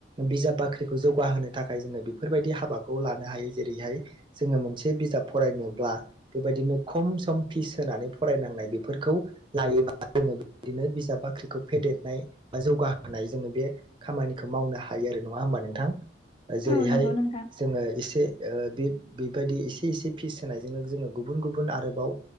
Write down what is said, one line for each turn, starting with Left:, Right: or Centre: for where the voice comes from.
Right: बिजाब बाख्रिखौ जौगाहोनो थाखाय जोङो बेफोरबायदि हाबाखौ लानो हायो जेरैहाय जोङो मोनसे बिजाब फरायनोब्ला बेबायदिनो खम सम फिस होनानै फरायनांनाय बेफोरखौ लायोबा जों बिनो बिजाब बाख्रिखौ फेदेरनाय बा जौगाहोनाय जोङो बे खामानिखौ मावनो हायो आरो नो नङा होमबा नोंथां जेरैहाय
Left: औ नंगौ नोंथां
Right: जोङो एसे बेबायदि एसे एसे फिस होनायजोंनो जोङो गुबुन गुबुन आरोबाव